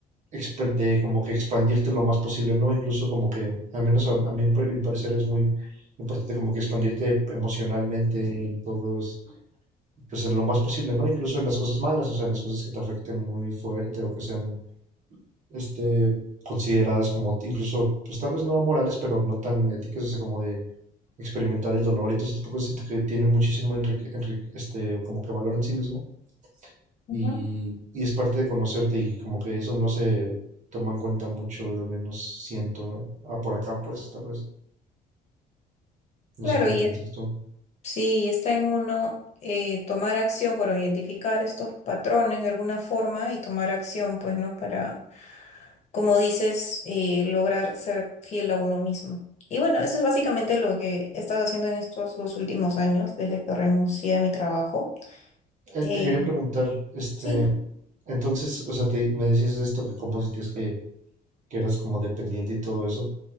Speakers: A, on the right; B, on the left.
A: exper- de como que expandirte lo más posible, ¿no? Incluso como que, al menos a, a mí, en pa- en mi parecer, es muy importante como que expandirte emocionalmente en todos, pues en lo más posible, ¿no? Incluso en las cosas malas, o sea, en las cosas que te afecten muy fuerte o que sean, este, consideradas como t- incluso, pues tal vez no amorales, pero no tan éticas, o sea, como de experimentar el dolor y todo ese tipo de cosas, siento que tiene muchísimo enrique- enrique- este, como que valor en sí mismo
B: Ujú.
A: y, y es parte de conocerte y como que eso no se toma en cuenta mucho, al menos siento, ah, por acá pues tal vez, no
B: Claro,
A: sé qué
B: y
A: piensas tú.
B: Sí, está en uno eh, tomar acción, bueno, identificar estos patrones de alguna forma y tomar acción, pues, ¿no? Para, como dices, eh, lograr ser fiel a uno mismo. Y bueno, eso es básicamente lo que he estado haciendo en estos dos últimos años, desde que renuncié a mi trabajo.
A: Eh,
B: Eh,
A: te quería preguntar, este,
B: sí,
A: entonces, o sea, te, me decías esto que como sentías que, que eras como dependiente y todo eso,